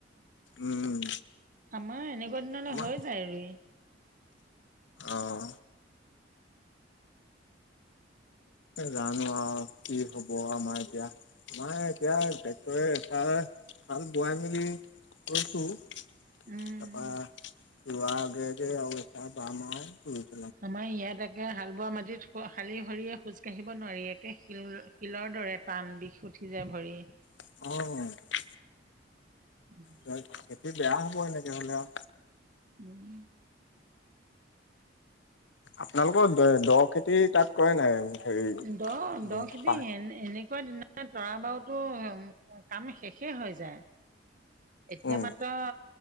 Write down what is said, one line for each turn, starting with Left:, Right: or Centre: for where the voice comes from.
Left: উম।
Right: আমাৰ এনেকুৱা দিনলৈ
Left: আমাৰ
Right: হৈ যায় ৰুই।
Left: অহ। জানো আৰু কি হ'ব আমাৰ এতিয়া। আমাৰ এতিয়া টেক্টৰে এটা হাল বোৱাই মেলি কৈছো। তাৰপা
Right: উম
Left: ৰুৱা আগে আগে আৰু এটা পাম আৰুতো।
Right: আমাৰ ইয়াত একে হাল বোৱা মাটিত ৱ শালী ভৰিয়ে খোজ কাঢ়িব নোৱাৰি, একে শিল শিলৰ দৰে টান বিষ উঠি যায় ভৰি।
Left: অঁ
Right: <inaudible>
Left: নহয় খেতি বেয়া হব এনেকে হলে আও
Right: উম'।
Left: আপোনালোকৰ, দে দ' খেতি তাত কৰে নাই? হেৰি
Right: দ'
Left: উম
Right: দ 'খেতি
Left: পা
Right: এন এনেক কোৱা দিনা তৰা বাৰুতো কাম শেষেই হৈ যায়। এতিয়া
Left: উম
Right: মাত্ৰ,